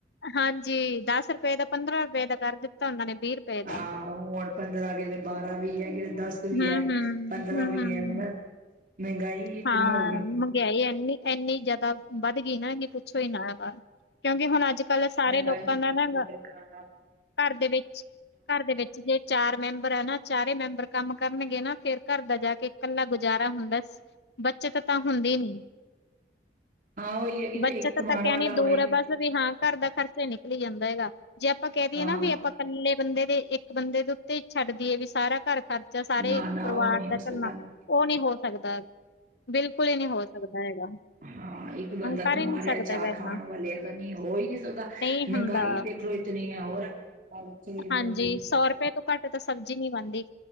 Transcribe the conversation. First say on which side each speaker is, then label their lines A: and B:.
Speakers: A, on the left (about 70°); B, on the right (about 45°).
A: ਹਾਂਜੀ, ਦਸ ਰੁਪਏ ਦਾ, ਪੰਦਰਾਂ ਰੁਪਏ ਦਾ ਕਰ ਦਿੱਤਾ, ਓਨਾਂ ਨੇ ਵੀਹ ਰੁਪਏ ਦਾ
B: ਹਾਂ ਹੁਨ ਪੰਦਰਾਂ, ਕਿਤੇ ਬਾਰਾਂ, ਵੀਹ ਐ ਕਿਤੇ ਦਸ ਵੀ
A: ਹਮ
B: ਐ,
A: ਹਮ
B: ਪੰਦਰਾਂ
A: ਹਮ
B: ਵੀ
A: ਹਮ
B: ਐ, ਮਤਲਬ ਮਹਿੰਗਾਈ ਇਤਨੀ
A: ਹਾਂ,
B: ਹੋ ਗਈ
A: ਮੰਗਿਆਈ ਐਨੀ, ਐੰਨੀ ਜਿਆਦਾ ਵੱਧ ਗਈ ਨਾ, ਇੰਨੀ ਪੁੱਛੋ ਹੀ ਨਾ ਹੈਗਾ। ਕਿਉਂਕਿ ਹੁਨ ਅੱਜ-ਕੱਲ ਸਾਰੇ
B: ਮਹਿੰਗਾਈ
A: ਲੋਕਾਂ
B: ਹਾਂ
A: ਦਾ ਨਾ, ਘਰ ਦੇ ਵਿੱਚ, ਘਰ ਦੇ ਵਿੱਚ ਜੇ ਚਾਰ ਮੈਂਬਰ ਆ ਨਾ, ਚਾਰੇ ਮੈਂਬਰ ਕੰਮ ਕਰਨਗੇ ਨਾ, ਫੇਰ ਘਰ ਦਾ ਜਾ ਕੇ ਕੱਲਾ ਗੁਜਾਰਾ ਹੁੰਦਾ। ਬੱਚਤ ਤਾਂ ਹੁੰਦੀ ਨੀ,
B: ਹਾਂ ਉਹੀ ਹੈ ਕਿ ਜੇ
A: ਬੱਚਤ
B: ਇੱਕ ਕਮਾਉਣ
A: ਤਾਂ ਕਹਿਣੀ
B: ਵਾਲਾ
A: ਦੂਰ
B: ਹੋਏ
A: ਹੈ ਬਸ ਵੀ ਹਾਂ ਘਰ ਦਾ ਖਰਚਾ ਹੀ ਨਿਕਲੀ ਜਾਂਦਾ ਹੈਗਾ, ਜੇ ਆਪਾਂ ਕਹਿ ਦਈਏ
B: ਹਾਂ
A: ਨਾ ਵੀ ਆਪਾਂ ਕੱਲੇ ਬੰਦੇ ਦੇ, ਇੱਕ ਬੰਦੇ ਦੇ ਉੱਤੇ ਹੀ ਛੱਡ ਦੀਏ ਵੀ ਸਾਰਾ ਘਰ ਖਰਚਾ ਸਾਰੇ
B: ਨਾ ਨਾ
A: ਪਰਿਵਾਰ
B: ਉਹ ਨਹੀਂ
A: ਦਾ
B: ਹੋ
A: ਝੱਲਨਾ
B: ਸਕਦਾ
A: ਉਹ ਨੀ ਹੋ ਸਕਦਾ। ਬਿਲਕੁਲ ਹੀ ਨੀ ਹੋ ਸਕਦਾ ਹੈਗਾ।
B: ਹਾਂ, ਇੱਕ ਬੰਦਾ
A: ਕਰ
B: ਕਮਾ
A: ਹੀ ਨਹੀਂ
B: ਰਿਹਾ,
A: ਸਕਦਾ
B: ਚਾਰ
A: ਹੈਗਾ ਇੰਨਾ
B: ਖਾਣ ਵਾਲੇ ਆ ਤਾਂ ਨੀ ਹੋ ਹੀ ਨੀ ਸਕਦਾ
A: ਨਹੀਂ
B: ਮਹਿੰਗਾਈ
A: ਹੁੰਦਾ
B: ਦੇਖ ਲੋ ਇਤਨੀ ਹੈ ਹੋਰ ਚੀਜ਼ ਮਹਿੰਗੀ।
A: ਹਾਂਜੀ ਸੌ ਰੁਪਏ ਘੱਟ ਤਾਂ ਸਬਜ਼ੀ ਨੀ ਬਨਦੀ।